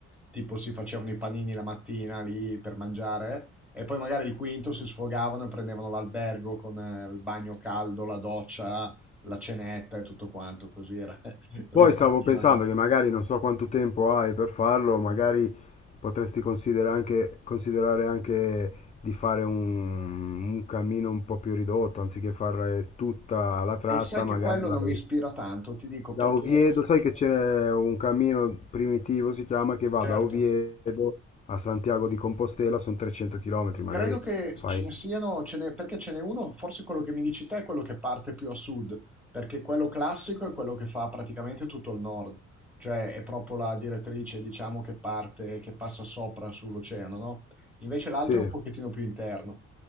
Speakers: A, in the centre; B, on the left.
A: tipo si facevano i panini la mattina lì per mangiare. E poi magari il quinto si sfogavano e prendevano l'albergo con eh, il bagno caldo, la doccia, la cenetta e tutto quanto, così era- <laughs> ripartivano.
B: Poi stavo pensando che magari non so quanto tempo hai per farlo, magari potresti considera- anche- considerare anche di fare un, un cammino un po' più ridotto, anziché fare tutta la tratta,
A: E sai che
B: magari
A: quello
B: vai
A: non mi ispira tanto, ti dico
B: da
A: perché,
B: Oviedo, sai che c'è un cammino primitivo, si chiama, che va
A: certo,
B: da Oviedo a Santiago di Compostela, sono 300 km, magari
A: Credo che
B: fai...
A: ce ne siano, ce ne- perché ce n'è uno, forse quello che mi dici te è quello che parte più a sud, perché quello classico è quello che fa praticamente tutto il nord, cioè è proprio la direttrice, diciamo, che parte, che passa sopra sull'oceano, no? Invece l'altro
B: Sì,
A: è un pochettino più interno,